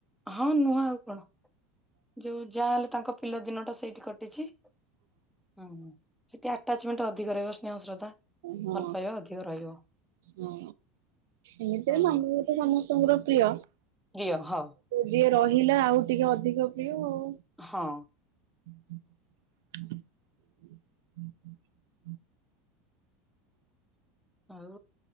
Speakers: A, in the centre; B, on the right.
A: ହଁ ନୁହଁ ଆଉ କଣ? ଯୋଉ ଯାହା ହେଲେ ତାଙ୍କ ପିଲାଦିନଟା ସେଇଠି କଟିଛି। ହଁ ହୁଁ। ସେଠି ଆଟାଚମେଣ୍ଟ ଅଧିକ ରହିବ। ସ୍ନେହ, ଶ୍ରଦ୍ଧା ଭଲ
B: ହଁ
A: ପା ଅଧିକ ରହି
B: ହଁ ଏମିତିରେ
A: ହଁ।
B: ମାମ ତ ସମସ୍ତଙ୍କର ପ୍ରିୟ
A: ପ୍ରିୟ ହଁ
B: ଯିଏ ରହିଲା ଆଉ ଟିକେ ଅଧିକ ପ୍ରିୟ ଆଉ
A: ହଁ
B: ହଁ ହୁଁ ହୁଁ ହୁଁ
A: ହଉ